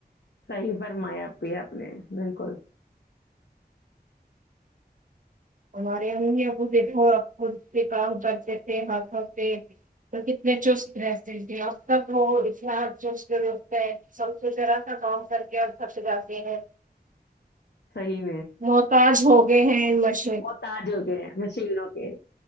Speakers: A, on the left (about 80°); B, on the right (about 50°).
A: صحی فرمائیای آپ نے بالکل
B: ہمارے امی ابو د خود سے کاترتے تھے ہاتھوں پ تو کتنے چست رہتے تھے ا سب ات چست لگتا ہے سبا تھا کام کر کے اور سب جاتے ہیں
A: صحیح
B: محتاج ہو گئے ہیںش
A: وہ تاجوں کے مشینوں کے